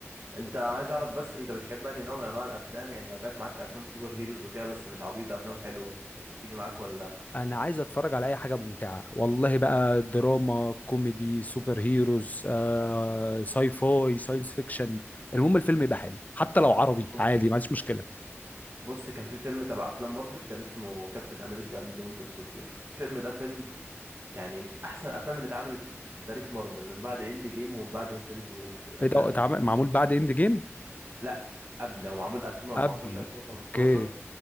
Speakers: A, on the right (about 45°); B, on the left (about 35°).
A: انت عايز اعرف بس انت بتحب انهي نوع من انواع الافلام يعني لو جت معاك افلام سوبر هيروز وكده بس مش عبيطه افلام حلوه تيجي معاك ولا
B: انا عايز اتفرج على اي حاجه ممتعه والله بقى دراما كوميدي سوبر هيروز آه، ساي فاي ساينس فيكشن المهم الفيلم يبقى حلو حتى لو عربي
A: بص
B: عادي ما عنديش مشكله
A: بص كان في فيلم تبع افلام مارفل كان اسمه كابتن امريكا اند ذا وينتر سولدير الفيلم ده فيلم يعني من احسن الافلام اللي اتعملت في في تاريخ مارفل من بعد اند جيم ومن بعد انفينيتي وور الافلام
B: ايه ده اتعمل-
A: دي
B: معمول بعد اند جيم
A: لا قبل هو معمول 2014
B: قبل
A: 2015
B: اوكي